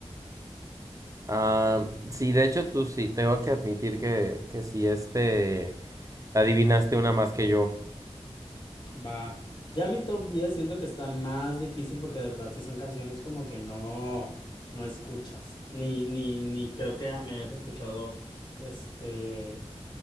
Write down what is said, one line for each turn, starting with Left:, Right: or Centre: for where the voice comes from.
Right: Ah, sí, de hecho, tú sí, tengo que admitir que, que sí, este, adivinaste una más que yo.
Left: Va. Ya mi top 10 siento que está más difícil porque de verdad sí son canciones como que no, no escuchas. Ni, ni, ni creo que me hayas escuchado este